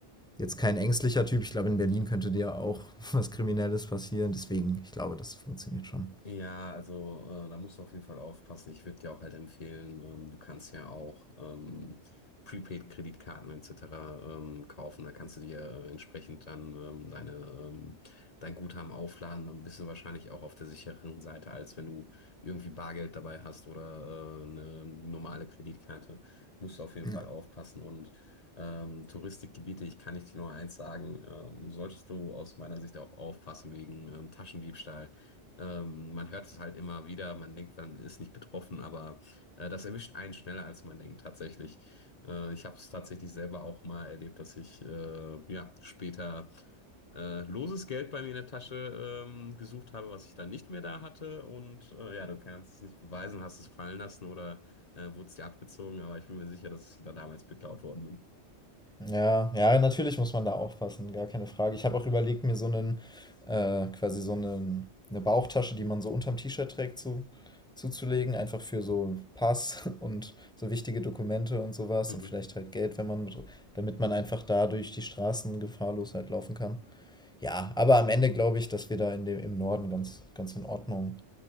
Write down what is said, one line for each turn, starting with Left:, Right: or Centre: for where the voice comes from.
Centre: jetzt kein ängstlicher Typ. Ich glaube, in Berlin könnte dir auch <laughs> was Kriminelles passieren. Deswegen, ich glaube, das funktioniert schon.
Left: Ja, also äh, da musst du auf jeden Fall aufpassen. Ich würde dir auch halt empfehlen, ähm, du kannst ja auch ähm, Prepaid-Kreditkarten etc. Ähm, kaufen. Da kannst du dir äh, entsprechend dann ähm, deine, ähm, dein Guthaben aufladen. Dann bist du wahrscheinlich auch auf der sicheren Seite, als wenn du irgendwie Bargeld dabei hast oder äh, eine normale Kreditkarte. Musst du auf jeden
Centre: Ja.
Left: Fall aufpassen. Und ähm, Touristikgebiete, ich kann nicht nur eins sagen, ähm, solltest du aus meiner Sicht auch aufpassen wegen ähm, Taschendiebstahl. Ähm, man hört es halt immer wieder, man denkt, man ist nicht betroffen, aber äh, das erwischt einen schneller, als man denkt, tatsächlich. Äh, ich habe es tatsächlich selber auch mal erlebt, dass ich äh, ja, später äh, loses Geld bei mir in der Tasche ähm, gesucht habe, was ich dann nicht mehr da hatte. Und äh, ja, du kannst es nicht beweisen, hast es fallen lassen oder äh, wurde es dir abgezogen, aber ich bin mir sicher, dass ich da damals beklaut worden bin.
Centre: Ja, ja, natürlich muss man da aufpassen, gar keine Frage. Ich habe auch überlegt, mir so einen, äh, quasi so einen, eine Bauchtasche, die man so unterm T-Shirt trägt, zu, zuzulegen, einfach für so Pass <laughs> und so wichtige Dokumente und sowas
Left: Mhm.
Centre: und vielleicht halt Geld, wenn man mit, damit man einfach da durch die Straßen gefahrlos halt laufen kann. Ja, aber am Ende glaube ich, dass wir da in dem, im Norden ganz, ganz in Ordnung